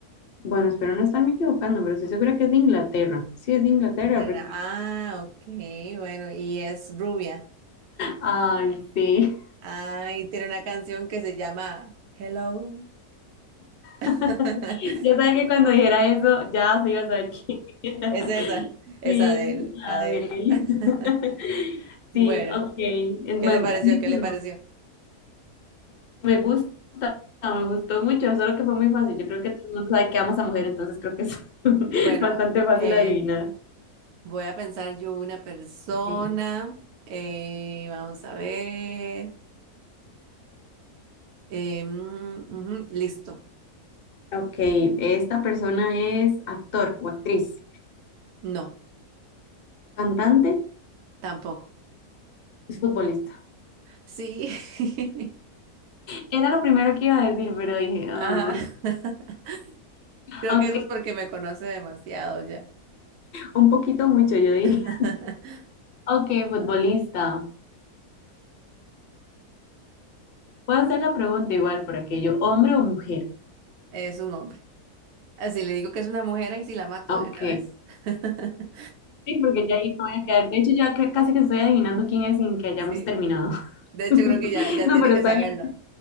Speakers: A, on the left; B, on the right.
A: Bueno, espero no estarme equivocando, pero estoy segura que es de Inglaterra. Sí, es de Inglaterra,
B: De
A: porque...
B: la- Ah, ok, bueno, y es rubia.
A: Ay, sí.
B: Ah, y tiene una canción que se llama Hello. <laughs>
A: <laughs> Ya saben que cuando dijera eso, ya se iba a saber quién era.
B: Es esa, es
A: Sí,
B: Adele, Adele.
A: Adel.
B: <laughs>
A: <laughs>
B: Bueno,
A: Sí, ok. Es,
B: ¿qué
A: bueno,
B: le pareció?
A: es mi
B: ¿Qué
A: turno.
B: le pareció?
A: Me gusta, me gustó mucho, solo que fue muy fácil. Yo creo que todo el mundo sabe que amas a mujer, entonces creo que es <laughs>
B: Bueno,
A: bastante fácil
B: em,
A: adivinar.
B: Voy a pensar yo una persona.
A: Ok,
B: eh, vamos a ver. eh, mm, ujú, listo.
A: Ok, esta persona es actor o actriz,
B: No,
A: cantante,
B: tampoco.
A: es futbolista.
B: Sí. <laughs>
A: Era lo primero que iba a decir, pero dije, ah,
B: Ajá. <laughs> Creo
A: ok,
B: que eso es porque me conoce demasiado ya.
A: un poquito mucho, yo diría.
B: <laughs>
A: Ok, futbolista. Puedo hacer la pregunta igual por aquello, ¿hombre o mujer?
B: Es un hombre. Así le digo que es una mujer y si la mato
A: Ok.
B: de una vez. <laughs>
A: Sí, porque ya ahí me voy a quedar. De hecho, ya cre- casi que estoy adivinando quién es sin que hayamos
B: Sí.
A: terminado.
B: De hecho,
A: <laughs>
B: creo que ya, ya
A: No,
B: tiene
A: pero
B: que
A: está
B: saberlo.
A: bien.